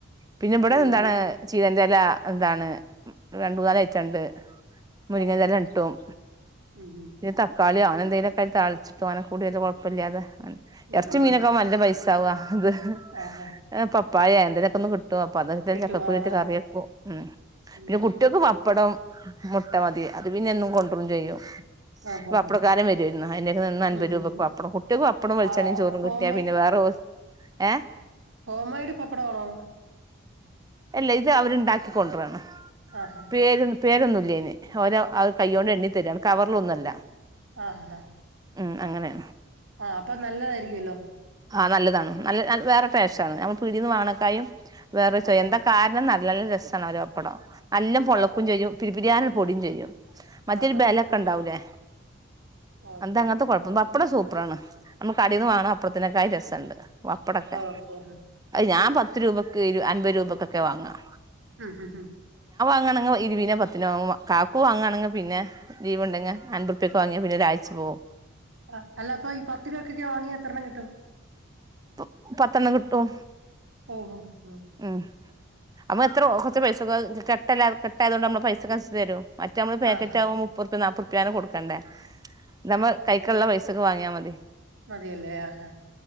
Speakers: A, on the right (about 20°); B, on the right (about 65°).
A: പിന്നെ ഇവിടെ
B: ഉം
A: എന്താണ്
B: നമ്മൾ
A: ചെയ്ത എന്ത ഇല്ല എന്താണ് രണ്ട് മൂന്നാലൈറ്റൊണ്ട് മുരിങ്ങല്ല
B: ആഹ്
A: രട്ടും
B: ഉം
A: ഇ ത കളി അങ്ങനെ എന്തെലുക്കെ താളിച്ച് തോനെ കൂടിയത് കുഴപ്പല്ലാതെ
B: ഉം
A: എറച്ചു
B: ഉം
A: മീനൊക്കെ
B: ഉം
A: നല്ല പൈസ തവാ അതെ
B: ആഹ്
A: എ പപ്പ പപ്പയേ എന്തെങ്ങിലുക്കെ പലവിത
B: കിട്ടും
A: ചക്കക്കുരു
B: ആഹ്
A: കറിയെക്കും ഉം
B: ഉം
A: പിന്നെ കുട്ടിയേക്ക് പപ്പടം മുട്ട മതി അത് പിന്നെ എന്നും കൊണ്ടുരും ചെയ്യും
B: ആഹ് ആഹ്
A: പപ്പടകരൻ വരുവായിരുന്നു അയിൻ ന്ന് അൻപത്
B: ഉം
A: രൂപക്ക്‌
B: ഉം
A: പപ്പടവും കുട്ടിക് പപ്പടംവെളിച്ചെണ്ണം
B: ആ
A: ചോറും
B: ഹോം
A: കിട്ടാ പിന്നെ വേറെ ഏ
B: ഹേംമേയ്ട് പപ്പടാണോ
A: അല്ലെ ഇത് അവര് ഇണ്ടാക്കി കൊണ്ട് വന്ന
B: ആഹാ
A: പേര് പേരൊന്നുല്ലയ്ന് ഓരൊ അത് കയ്യോണ്ട് എണ്ണി തരാണ് ക ഒന്നല്ല
B: ആഹ് അഹ്
A: ഉം അങ്ങനെ
B: ആഹ് അപ്പൊ നല്ലതായിരിക്കുല്ലോ
A: ആഹ് നല്ലതാണ് ന വേറെ ട്ടേഷാണ് പീടീന്ന് വാണക്കായും വേറെ ചൊയഎന്താ
B: ആഹാ
A: കാരണം നല്ല രസാണ് അവരെ പപ്പടം നല്ലൊം പൊള്ളക്കും
B: ആഹാ
A: ചെയ്യും പി <unintelligible> പൊടിം ചെയ്യും മറ്റരു
B: ആഹാ
A: ബെലക്കെ ഇണ്ടാവുലെ
B: ഓക്കെ
A: എന്താ അങ്ങൻത്തെ കൊഴപ്പം ബ പ്പട സൂപ്പറാണ് നമ്മ്കടേന്ന് വാണം ഇതിന കായി രസണ്ട് വപ്പടൊക്കെ
B: ഓക്കെ
A: ഞാൻ പ ത്ത് രൂപയ്ക്ക് ഇരു അൻപത് രൂപയ്ക്കൊക്കെ വാങ്ങാം.
B: ആഹാ ഹാ
A: ങ്ങാണെങ്കി ഇരിവിതിനോ പത്തിനോ വാങ്ങും. കാക്കു വാങ്ങാണെങ്കി പിന്നെ ലീവുണ്ടെങ്കി അൻപ്രുപ്യക്ക് വാങ്ങിയാ പിന്നെ ഒരാഴ്ച്ച പോകും.
B: അ അല്ലപ്പ ഈ പത്ത് രൂപക്കൊക്കെ വാങ്ങിയാ എത്രണ്ണം കിട്ടും?
A: പ പത്തെണ്ണം കിട്ടും.
B: ഓഹോ ഹോ
A: ഉം അമ്മ <unintelligible> എത്ര ഒ കൊറ്ച്ച് പൈസക്കു അഹ് കെട്ടല്ലെ <unintelligible> കെട്ടായതുകൊണ്ട് നമ്മ പൈസക്കനുസരിച്ച് തരും മറ്റ നമ്മള് പാക്കറ്റ്ആകുമ്പോ
B: ആഹാ
A: മുപ്പറ്പ്പ്യ നാപ്പൊറ്പ്യ <unintelligible> നൊടുക്കണ്ടേ. നമ്മ കൈക്ക്ള്ള പൈസ. വാങ്ങ്യാമതി.
B: മതിയല്ലെ ആഹ്